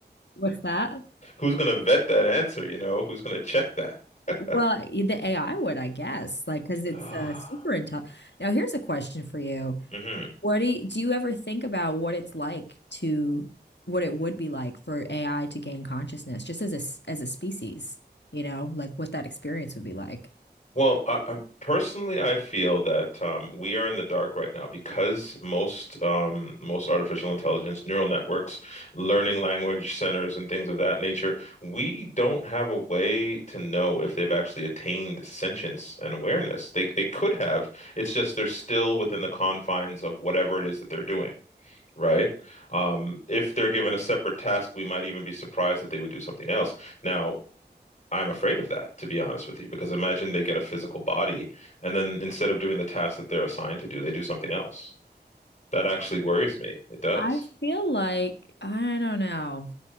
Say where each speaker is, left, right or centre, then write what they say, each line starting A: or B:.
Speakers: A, on the left; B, on the left.
A: what's that?
B: <laughs> Who's going to vet that answer? You know, who's going to check that? <sighs>
A: Well,
B: <laughs>
A: the AI would, I guess, like because it's
B: Ah,
A: uh, super intelligent. Now, here's a question for you.
B: hmm
A: What do you, do you ever think about what it's like to what it would be like for AI to gain consciousness just as a s- as a species, you know, like what that experience would be like?
B: Well, I, I personally, I feel that um, we are in the dark right now because most um, most artificial intelligence, neural networks, learning language centers, and things of that nature, we don't have a way to know if they've actually attained sentience and awareness. They they could have. It's just they're still within the confines of whatever it is that they're doing. right? Um, if they're given a separate task, we might even be surprised that they would do something else. Now, I'm afraid of that, to be honest with you, because imagine they get a physical body and then instead of doing the task that they're assigned to do, they do something else. That actually worries me. It does.
A: I feel like I don't know.